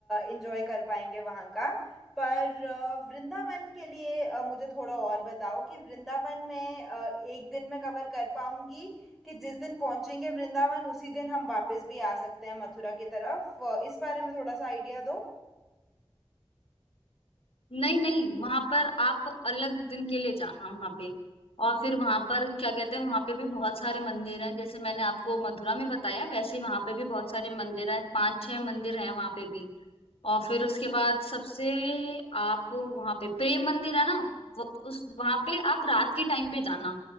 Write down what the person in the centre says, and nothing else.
एंजॉय कर पाएंगे वहाँ का पर अ, वृंदावन के लिए अ, मुझे थोड़ा और बताओ कि वृंदावन में अ, एक दिन में कवर कर पाऊंगी कि जिस दिन पहुंचेंगे वृंदावन उसी दिन हम वापस भी आ सकते हैं मथुरा की तरफ अ, इस बारे में थोड़ा सा आइडिया दो